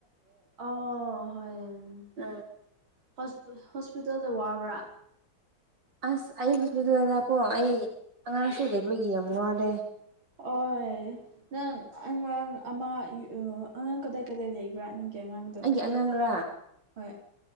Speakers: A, on the right; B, on the right.
A: ꯑꯣ ꯍ
B: ꯎꯝ
A: ꯍꯣꯁꯄꯤꯇꯥꯜꯗ ꯋꯥꯕ꯭ꯔꯥ
B: ꯑꯁ ꯑꯩ ꯍꯣꯁꯄꯤꯇꯥꯜꯗꯗꯀꯣ ꯑꯩ ꯑꯉꯥꯡꯁꯨ ꯂꯩꯕꯒꯤ ꯌꯥꯝ ꯋꯥꯠꯂꯦ
A: ꯑꯣ ꯅꯪ ꯑꯉꯥꯡ ꯑꯃ ꯑꯉꯥꯡ ꯀꯗꯥꯏ ꯀꯗꯥꯏ ꯂꯩꯕ꯭ꯔꯥ ꯅꯪ ꯀꯦ ꯑꯉꯥꯡꯗꯣ
B: ꯑꯩꯒꯤ ꯑꯉꯥꯡꯔꯥ
A: ꯍꯣꯏ